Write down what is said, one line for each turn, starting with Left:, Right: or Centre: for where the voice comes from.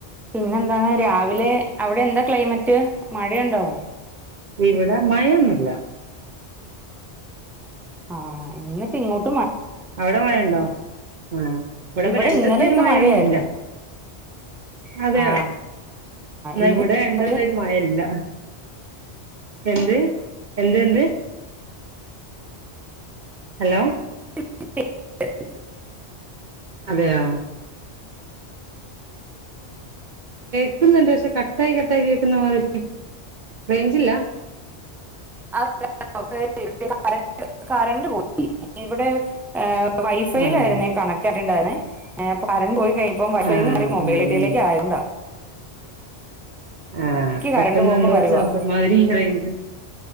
Centre: പിന്നെന്താ രാവിലെ അവിടെ എന്താ ക്ലൈമറ്റ്. മഴയുണ്ടോ?
Right: ഇവിടെ മഴയൊന്നൂല്ല.
Centre: ആ ഇന്ന് ഇപ്പെ ഇങ്ങോട്ട്
Right: അവിടെ മഴയുണ്ടോ? ആ ഇവിടെപ്പ
Centre: ഇവിടെ
Right: രണ്ടു
Centre: ഇന്നലെയൊക്കെ
Right: ദിവസത്തേക്ക് മഴയൊന്നും
Centre: മഴയായിരുന്നു
Right: ഇല്ല. അതെയോ.
Centre: ആഹ്
Right: എന്ന
Centre: ഇന്ന്
Right: ഇവിടെ രണ്ടൂസായിട്ട്
Centre: രാവിലെ
Right: മഴ ഇല്ല. എന്ത് എന്ത് എന്ത് ഹലോ.
Centre: <inaudible>
Right: അതെയോ. കേക്കുന്നുണ്ട് പക്ഷെ കട്ടായി, കട്ടായി കേക്കുന്ന മാതിരി. റേഞ്ചില്ല.
Centre: അ <inaudible> കറണ്ട് കറണ്ട് പോയി ഇവിടെ ഏ വൈഫൈയിലായിരുന്നെ
Right: ആഹ്
Centre: കണക്ട് ആയിട്ടുണ്ടായിരുന്നേ ഏ കറൻ്റ് പോയി. കഴിഞ്ഞപ്പം വൈഫൈന്ന്
Right: ആഹ്
Centre: മാറി മൊബൈൽ നെറ്റിലേക്ക്
Right: അങ്ങനെ
Centre: ആയതോണ്ടാ.
Right: ആഹ് പെട്ടെന്ന്
Centre: കറണ്ട് പോക്കും
Right: എന്തോ
Centre: വരവാ
Right: ഒരു സബ്ദം മാതിരി റേഞ്ച്